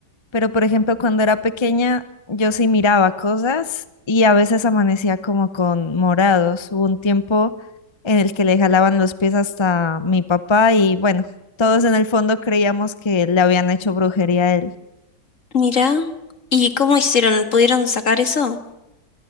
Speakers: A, on the left; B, on the left.
A: Pero, por ejemplo, cuando era pequeña, yo sí miraba cosas y a veces amanecía como con morados. Hubo un tiempo en el que le jalaban los pies hasta mi papá y bueno, todos en el fondo creíamos que le habían hecho brujería a él.
B: mira ¿y cómo hicieron? ¿Pudieron sacar eso?